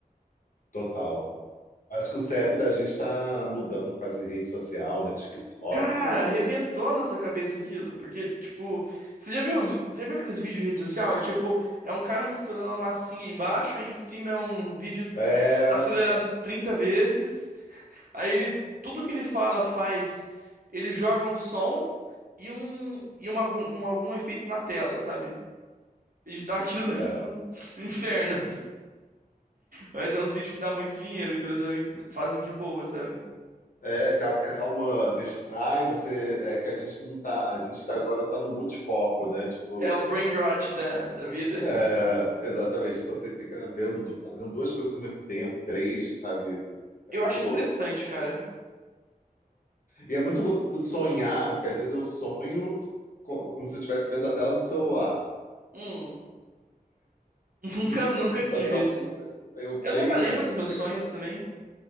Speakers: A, on the left (about 60°); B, on the right (about 65°).
A: total. Acho que o cérebro da gente está mudando por causa de rede social, né? TikTok.
B: Cara, arrebentou
A: essas-
B: nossa cabeça aquilo, porque, tipo, você já viu os, você já viu aqueles vídeos de rede social? É tipo, é um cara misturando uma massinha embaixo, aí em cima é um vídeo
A: É,
B: acelerado 30 vezes, aí ele, tudo que ele fala faz, ele joga um som e um, e uma, algum, um- algum efeito na tela, sabe? Editar aquilo <laughs> deve
A: é,
B: ser um inferno, mas é uns vídeos que dá muito dinheiro, então eles devem- fazem de boa, sabe?
A: é, que a calma, distrai, você. É que a gente não tá. A gente tá- agora está no multifoco, né? Tipo,
B: É o brain rot da, da vida.
A: é, exatamente. Então você fica vendo, du- fazendo duas coisas ao mesmo tempo, três, sabe? É
B: Eu
A: muito
B: acho
A: louco.
B: estressante, cara.
A: E é muito louco de sonhar, que às vezes eu sonho co- como se eu estivesse vendo a tela do celular.
B: Hum. <laughs> Nunca,
A: <laughs> Tipo,
B: nunca
A: você
B: tive
A: tá- tá-
B: isso.
A: tipo, você- aí eu,
B: Eu
A: gente,
B: nunca lembro dos meus
A: puta
B: sonhos
A: que pariu.
B: também.